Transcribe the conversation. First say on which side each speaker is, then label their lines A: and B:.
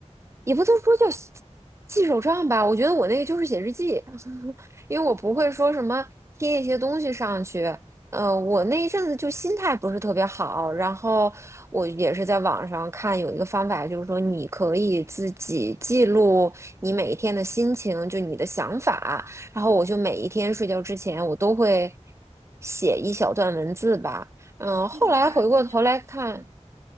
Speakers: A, on the right; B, on the right.
A: 也不能说叫记记手账吧，我觉得我那个就是写日记，<laughs> 因为我不会说什么贴一些东西上去。呃，我那一阵子就心态不是特别好，然后我也是在网上看有一个方法，就是说你可以自己记录你每一天的心情，就你的想法。然后我就每一天睡觉之前，我都会写一小段文字吧。
B: 对，
A: 嗯，
B: 记录一下今天的，
A: 后来回过头来看，
B: 嗯，